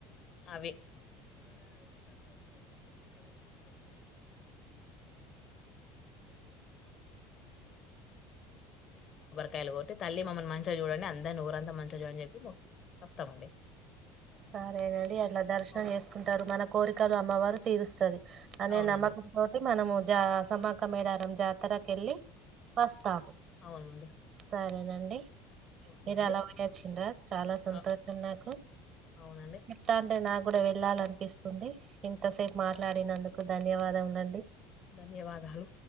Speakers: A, on the left; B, on the right.
A: అవి కాయలు కొట్టి తల్లి మమ్మనించిగా చూడండి అందరిని ఊరంతా మంచిగా చూడ అని చెప్పి మేకుతాం వస్తామండి
B: సరేనండి అట్లా దర్శనం
A: ఓ-
B: చేసుకుంటారు మన కోరికలు అమ్మవారు తీరుస్తారు వస్తుది అనే
A: అవునండి
B: నమ్మకం తోటి మనము జా సక మేడారంం జా ఆతరక వెళ్లి ఫస్ట్ త
A: అవునండి
B: సరేనండి అ
A: ఓకే
B: మీరు
A: అండి
B: అలా పోయచ్చరా చాలా సంతోషం
A: అ-
B: నాకు
A: అవునండి
B: చెప్తానటే నాకు కూడా వెళ్ళాలనిపిస్తుంది ఇంతసేపు మాట్లాడినందుకు ధన్యవాదం అండి
A: ధన్యవాదాలు